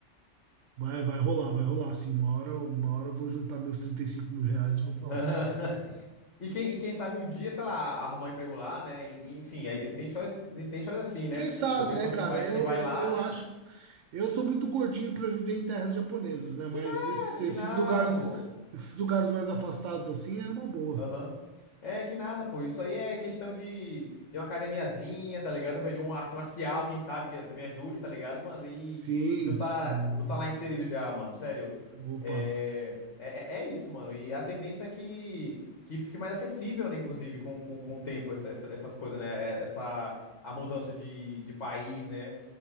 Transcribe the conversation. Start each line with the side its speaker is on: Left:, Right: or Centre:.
Right: Vai, vai rolar, vai rolar, assim Uma hora, uma hora eu vou juntar meus trinta e cinco mil reais e vou pra
Left: <laughs>
Right: lá.
Left: E quem, e quem sabe um dia, sei lá, arrumar um emprego lá, né? E- Enfim, aí tem histórias, tem histórias assim, né?
Right: Quem sabe,
Left: Do pessoal
Right: né, cara?
Left: que vai, que
Right: Eu,
Left: vai lá,
Right: eu
Left: né?
Right: acho. Eu sou muito gordinho para viver em terras japonesas, né? Mas
Left: Que nada,
Right: esses, esses
Left: que nada,
Right: lugares,
Left: pô.
Right: esses lugares mais afastados assim é uma boa.
Left: Aham. É que nada, pô. Isso aí é questão de, de uma academiazinha, tá ligado? De uma arte marcial, quem sabe, que também ajude, tá ligado, mano? E,
Right: Sim.
Left: e tu tá,
Right: Hum.
Left: tu tá lá inserido já, mano. Sério.
Right: Opa.
Left: É, é, é isso, mano. E a tendência é que, que fique mais acessível, né? Inclusive, com, com, com o tempo, essa- essa- essas coisas, né? é- Essa, a mudança de, de país, né?